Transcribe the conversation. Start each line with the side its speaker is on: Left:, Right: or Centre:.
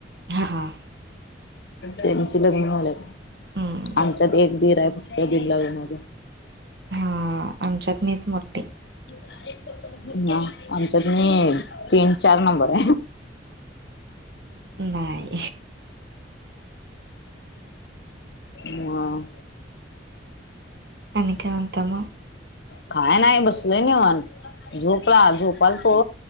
Right: हां हां.
Left: त्यांची लग्न झाल्यात
Right: हम्म,
Left: आमच्यात एक दिराय फक्त बिन लग्नाचा.
Right: हा आमच्याच मीच मोठ्ठी.
Left: हा आमच्यात मी ए तीन चार नंबर.
Right: नाय.
Left: म
Right: आणि काय म्हणता मग
Left: काय नाय बसलोय निवांत. झोपला झोपाल तो